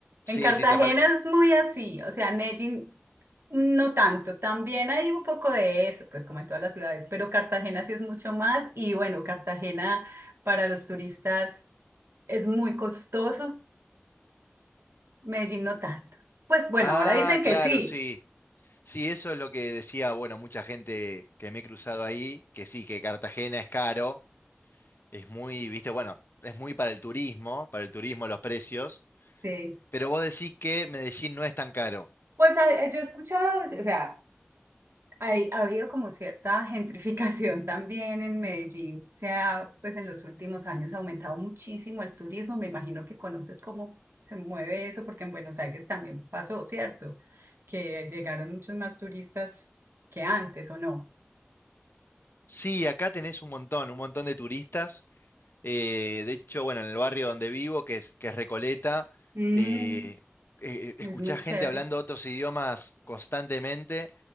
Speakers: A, on the right; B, on the left.
A: En
B: Sí,
A: Cartagena
B: sí, te per-
A: es muy así, o sea, Medellín no tanto, también hay un poco de eso, pues como en todas las ciudades, pero Cartagena sí es mucho más y bueno, Cartagena para los turistas es muy costoso, Medellín no tanto. Pues bueno,
B: Ah,
A: ahora dicen que
B: claro,
A: sí.
B: sí. Sí, eso es lo que decía, bueno, mucha gente que me he cruzado ahí, que sí, que Cartagena es caro, es muy, viste, bueno, es muy para el turismo, para el turismo los precios.
A: Sí.
B: pero vos decís que Medellín no es tan caro.
A: Pues a- yo he escuchado, o sea, hay, ha habido como cierta gentrificación <laughs> también en Medellín. O sea, pues en los últimos años ha aumentado muchísimo el turismo. Me imagino que conoces cómo se mueve eso, porque en Buenos Aires también pasó, ¿cierto? Que llegaron muchos más turistas que antes, ¿o no?
B: Sí, acá tenés un montón, un montón de turistas. eh, de hecho, bueno, en el barrio donde vivo, que es, que es Recoleta,
A: Mm,
B: eh, eh, escuchás
A: es muy chévere.
B: gente hablando otros idiomas constantemente